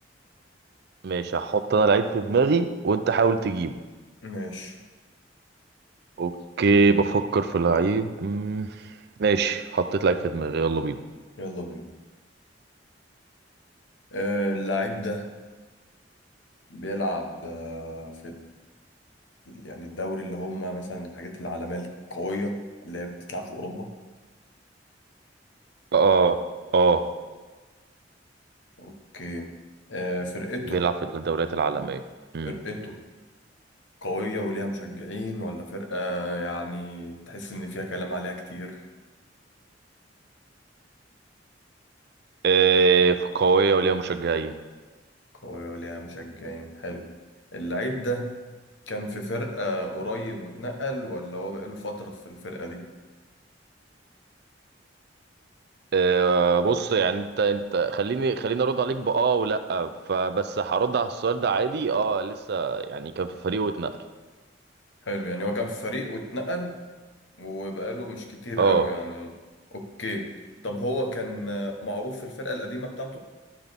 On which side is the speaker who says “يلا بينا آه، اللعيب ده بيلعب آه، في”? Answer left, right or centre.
Left